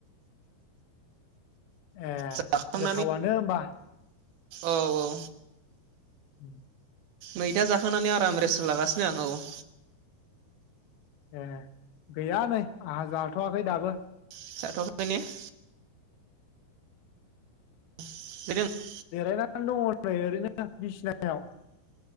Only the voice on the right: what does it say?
जाखांनानै
औ औ
मैथा जाखांनानै आराम रेस' लागासिनो जां औ
<unintelligible> <unintelligible>